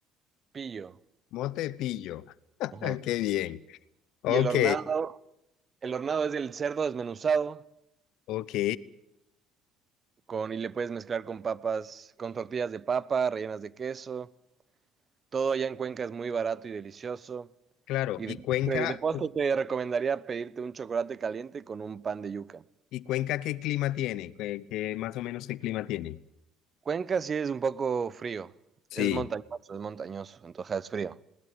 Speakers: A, on the right; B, on the left.
A: pillo.
B: mote de pillo. <laughs>
A: Ajá.
B: Qué bien. Ok,
A: Y el hornado, el hornado es el cerdo desmenuzado
B: ok,
A: con y le puedes mezclar con papas, con tortillas de papa, rellenas de queso. Todo allá en Cuenca es muy barato y delicioso.
B: claro.
A: Y
B: ¿Y
A: de,
B: Cuenca,
A: de postre
B: cu-
A: te recomendaría pedirte un chocolate caliente con un pan de yuca.
B: y Cuenca qué clima tiene? ¿Qué, qué más o menos qué clima tiene?
A: Cuenca sí es un poco frío,
B: Sí,
A: es montañoso, es montañoso, entonces es frío.